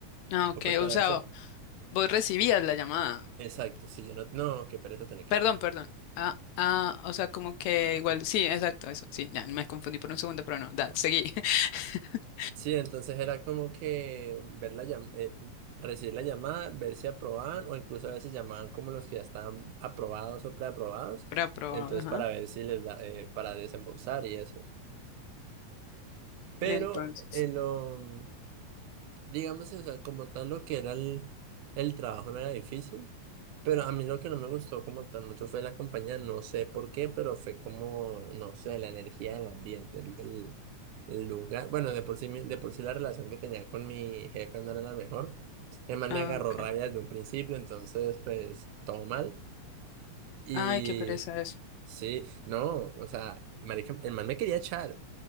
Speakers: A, on the left; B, on the right.
A: Ah, ok,
B: o pues para
A: o sea,
B: ver si, ap-
A: vos recibías la llamada.
B: exacto, si yo no, no, qué pereza tener que
A: Perdón,
B: llamar.
A: perdón. Ah, ah, o sea, como que igual, sí, exacto, eso, sí, ya me confundí por un segundo, pero no, da, seguí. <laughs>
B: Sí, entonces era como que ver la llam- eh, recibir la llamada, ver si aprobaban o incluso a veces llamaban como los que ya estaban aprobados o preaprobados,
A: Para probar,
B: entonces
A: ajá.
B: para ver si les da, eh, para desembolsar y eso. Pero
A: Y entonces,
B: en lo Digamos, sí, o sea, como tal lo que era el, el trabajo no era difícil, pero a mí lo que no me gustó como tal mucho fue la compañía, no sé por qué, pero fue como, no sé, la energía del ambiente, el, el- el lugar, bueno, de por sí, mi- de por sí la relación que tenía con mi jefe no era la mejor, además
A: ah,
B: me agarró
A: ok.
B: rabia desde un principio, entonces pues todo mal, y
A: Ay, qué pereza eso.
B: sí, no, o sea, marica, el man me quería echar,